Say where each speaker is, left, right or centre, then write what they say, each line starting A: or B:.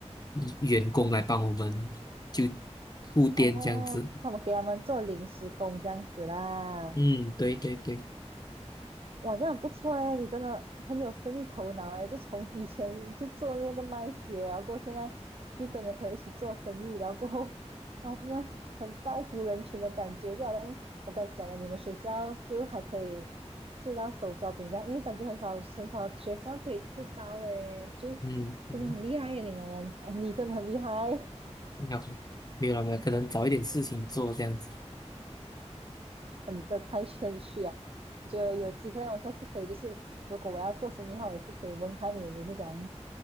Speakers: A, on the left (about 35°); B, on the right (about 55°).
A: 嗯员工来帮我们就顾店这样子。
B: 哦，他们给他们做临时工这样子啦，
A: 嗯，对对对，
B: 哇，这样很不错诶，你真的很有生意头脑诶，就从以前就做那个卖鞋，然后过后现在又跟你的朋友一起做生意，然后过后，哇，真的很造福人群的感觉，就好像我刚才讲的，你们学校就还可以吃到手抓饼这样，因为感觉很少很少学校可以吃到诶，就
A: 嗯嗯，
B: 真的很厉害耶，你们，你真的很厉害，
A: 要不没有了没有，可能找一点事情做这样子。
B: 哦，你这太谦虚啊！我觉得有机会我下次可以，就是如果我要做生意的话，我也是可以问看你你是怎样，